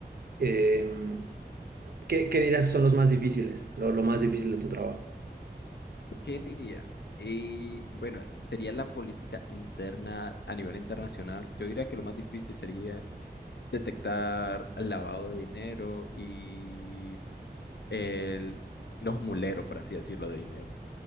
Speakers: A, on the right; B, on the left.
A: Em, ¿qué, qué dirás que son los más difíciles, lo, lo más difícil de tu trabajo?
B: ¿qué diría? Y bueno, sería la política interna a nivel internacional. Yo diría que lo más difícil sería detectar el lavado de dinero y el, los muleros, por así decirlo, de dinero.